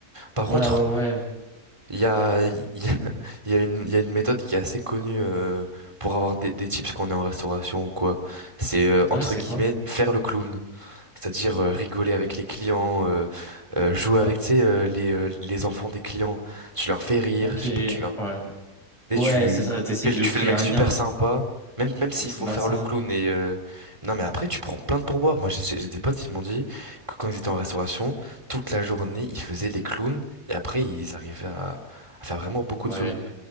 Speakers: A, on the right; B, in the centre.
A: Par
B: Ouais,
A: contre.
B: ouais, ouais.
A: Il y a, il y a, <laughs> il y a une, il y a une méthode qui est assez connue euh, pour avoir des, des tips quand on est en restauration ou quoi. C'est euh,
B: Ah,
A: entre
B: ouais, c'est
A: guillemets
B: quoi?
A: faire le clown, c'est-à-dire euh, rigoler avec les clients, euh, euh, jouer
B: Ouais.
A: avec tu sais, euh, les, euh, les enfants des clients. Tu leur fais rire,
B: Ok,
A: je
B: ouais.
A: sais pas, tu leur et
B: Ouais,
A: tu
B: c'est ça, t'essayes
A: fais
B: de
A: le, tu
B: créer
A: fais le mec
B: un
A: super
B: lien,
A: sympa, même, même s'il
B: mais c'est
A: faut
B: malsain.
A: faire le clown. Et euh, Non, mais après, tu prends plein de pourboires. Moi, j'ai j'ai- j'ai des potes qui m'ont dit que quand ils étaient en restauration, toute la journée, ils faisaient les clowns et après, ils arrivaient à, à faire vraiment beaucoup
B: Ouais.
A: de sous.